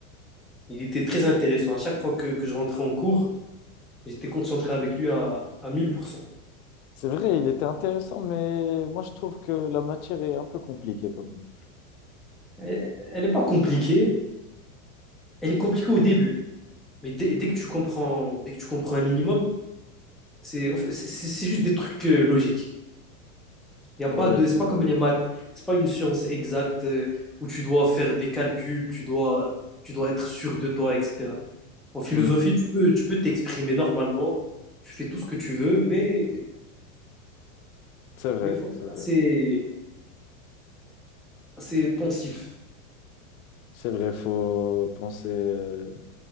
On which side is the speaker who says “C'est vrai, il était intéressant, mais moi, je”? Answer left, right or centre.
Left